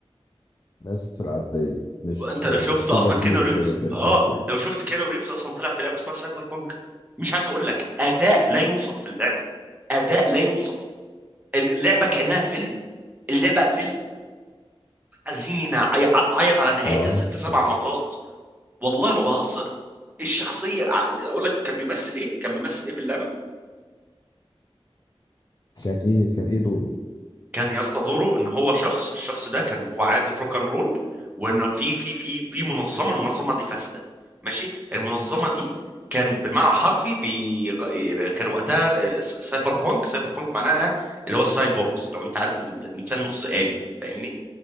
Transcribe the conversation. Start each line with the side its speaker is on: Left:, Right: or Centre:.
Left: الناس العاديه مش
Right: انت لو شفت
Left: سوبر
Right: اصلا كيانو
Left: هيرو
Right: ريفز
Left: كده زي
Right: اه
Left: توم كروز
Right: لو شفت كيانو ريفز اصلا طلع في لعبه اسمها سايبر بانك مش عايز اقول لك اداء لا يوصف في اللعبه اداء لا يوصف اللعبه كانها فيلم اللعبه فيلم حزينه عي- قعدت اعيط على نهايتها
Left: اه
Right: ست سبع
Left: كويس.
Right: مرات والله ما بهزر الشخصيه ع- اقول لك كان بيمثل ايه كان بيمثل ايه في اللعبه
Left: كان ايه كان ايه دوره؟
Right: كان يا اسطى دوره ان هو شخص الشخص ده كان هو عازف روك اند رول وان في في في في منظمه المنظمه دي فاسده ماشي المنظمه دي كان بالمعنى الحرفي بي... كان وقتها آه، س- سايبر بونك سايبر بونك معناها اللي هو السايبورغز لو انت عارف إن الانسان نص آلي فاهمني